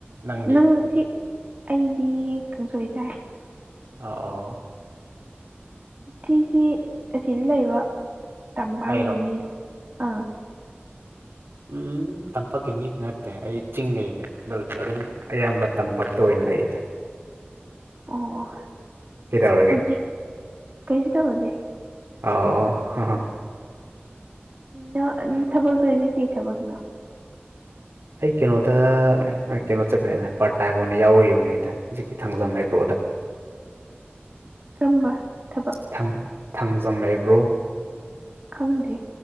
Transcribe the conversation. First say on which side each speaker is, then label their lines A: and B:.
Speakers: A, on the right; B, on the right.
A: ꯅꯪꯗꯤ
B: ꯅꯪ ꯁꯤ ꯑꯩꯗꯤ ꯀꯥꯡꯁꯣꯏ ꯆꯥꯏ꯫
A: ꯑꯥ ꯑꯣ꯫
B: ꯁꯤꯁꯤ ꯑꯁꯤꯗ ꯂꯩꯕ ꯇꯝꯕꯥꯡꯒꯤ
A: ꯑꯩꯔꯣ
B: ꯃꯤꯔꯣ ꯑꯥ꯫
A: ꯎꯝ ꯇꯝꯄꯥꯛꯀꯤ ꯃꯤꯗꯤ ꯅꯠꯇꯦ ꯑꯩ ꯆꯤꯡꯗꯩꯅꯦ ꯑꯗꯨ ꯑꯣꯏꯁꯨ ꯑꯗꯨꯝ꯫ ꯑꯌꯥꯝꯕ ꯇꯝꯄꯥꯛꯛꯇ ꯑꯣꯏꯅ ꯂꯩꯌꯦꯗ꯫
B: ꯑꯣ ꯑꯣ
A: ꯀꯩꯗꯧꯔꯒꯦ
B: ꯍꯧꯖꯤꯛ ꯀꯩꯁꯨ ꯇꯧꯗꯦ꯫
A: ꯑ ꯑꯣ ꯍ ꯍ
B: ꯅꯣ ꯎꯝ ꯊꯕꯛ ꯇꯧꯔꯤꯖꯦ ꯀꯩ ꯊꯕꯛꯅꯣ꯫
A: ꯑꯩ ꯀꯩꯅꯣꯗ ꯑ ꯀꯩꯅꯣ ꯆꯠꯄꯅꯦꯗ꯫ ꯄꯥꯔꯠ ꯇꯥꯏꯝ ꯑꯣꯏꯅ ꯌꯥꯎꯔꯨꯌꯨꯅꯦꯗ ꯍꯧꯖꯤꯛꯀꯤ ꯊꯥꯡꯖꯝ ꯑꯦꯒ꯭ꯔꯣꯗ꯫
B: ꯀꯝꯕ ꯊꯕꯛ꯫
A: ꯥꯊꯡ ꯊꯥꯡꯖꯝ ꯑꯦꯒ꯭ꯔꯣ꯫
B: ꯈꯪꯗꯦ